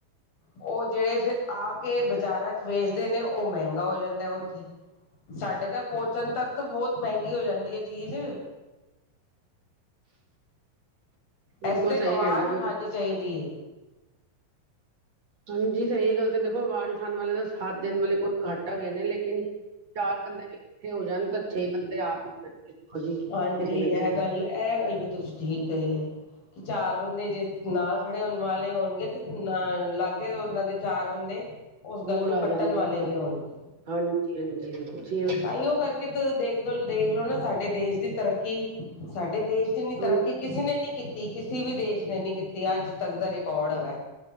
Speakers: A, on the left; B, on the right.
A: ਉਹ ਜਿਹੜੇ ਫਿਰ ਆ ਕੇ ਬਾਜ਼ਾਰਾਂ ਚ ਵੇਚਦੇ ਨੇ ਉਹ ਮਹਿੰਗਾ ਹੋ ਜਾਂਦਾ ਉੱਥੇ। ਸਾਡੇ ਤੱਕ ਪਹੁੰਚਣ ਤੱਕ ਤਾਂ ਬਹੁਤ ਮਹਿੰਗੀ ਹੋ ਜਾਂਦੀ ਹੈ ਚੀਜ਼
B: ਬਿਲਕੁਲ
A: ਇਸ ਤੇ
B: ਸਹੀ
A: ਅਵਾਜ਼
B: ਕਹਿੰਦੇ ਪਏ
A: ਉਠਾਉਣੀ ਚਾਹੀਦੀ ਹੈ।
B: ਹਾਂਜੀ, ਸਹੀ ਗੱਲ ਤਾਂ ਦੇਖੋ ਆਵਾਜ਼ ਉਠਾਉਣ ਵਾਲੇ ਤਾਂ ਸਾਥ ਦੇਣ ਵਾਲੇ ਕੌਣ ਘੱਟ ਆ ਗਏ ਨੇ ਲੇਕਿਨ, ਚਾਰ ਬੰਦੇ ਵੀ ਇਕਠੇ ਹੋ ਜਾਣ ਤਾਂ ਛੇ ਬੰਦੇ ਆਪ ਹੀ ਹੋਣਗੇ। ਦੇਖੋ ਜੀ
A: ਹਾਂਜੀ,
B: ਕਿਸੇ ਨਾ
A: ਇਹ
B: ਕਿਸੇ
A: ਗੱਲ ਇਹ ਗੱਲ ਵੀ ਤੁਸੀਂ ਠੀਕ ਕਰੀਏ ਕਿ ਚਾਰ ਬੰਦੇ ਜੇ ਨਾਲ ਖੜੇ ਹੋਣ ਵਾਲੇ ਹੋਣਗੇ ਤੇ ਅ ਲਾਗੇ ਉਹਨਾਂ ਦੇ ਚਾਰ ਬੰਦੇ ਉਸ ਗੱਲ
B: ਹੋਰ
A: ਨੂੰ
B: ਆ
A: ਕੱਟਣ
B: ਜਾਣਗੇ
A: ਵਾਲੇ ਵੀ ਹੋਣਗੇ
B: ਹਾਂਜੀ-ਹਾਂਜੀ ਦੇਖੋ ਛੇ
A: ਤਾਂ ਇਓ ਕਰਕੇ ਦੇਖ, ਦੇਖ ਲੋ ਨਾ ਸਾਡੇ ਦੇਸ਼ ਦੀ ਤਰੱਕੀ ਸਾਡੇ ਦੇਸ਼ ਜਿੰਨੀ
B: ਥੋੜੀ
A: ਤਰੱਕੀ ਕਿਸੇ ਨੇ ਨੀ ਕੀਤੀ, ਕਿਸੇ ਵੀ ਦੇਸ਼ ਨੇ ਨਹੀ ਕੀਤੀ ਅੱਜ ਤੱਕ ਦਾ ਰਿਕਾਰਡ ਹੈਗਾ